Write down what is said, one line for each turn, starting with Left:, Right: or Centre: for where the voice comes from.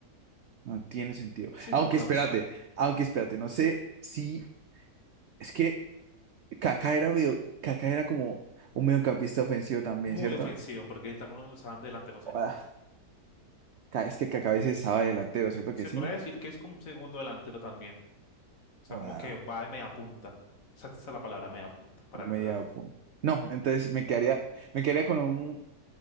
Right: No tiene sentido.
Left: sí,
Right: Aunque
Left: esa es buena
Right: espérate,
Left: opción.
Right: aunque espérate, no sé si es que Kaká era, medio- Kaká era como un mediocampista ofensivo también,
Left: Muy
Right: ¿cierto?
Left: ofensivo, porque también usaban delantero centro.
Right: Joda. Ca- es que Kaká a veces estaba delantero, ¿cierto
Left: Se
Right: que sí?
Left: podría decir que es como un segundo delantero también. O sea,
Right: Joda,
Left: como que va de media punta. Esa esa es la palabra, media punta, para
Right: un
Left: cagar.
Right: media punta. No, entonces me quedaría, me quedaría con un,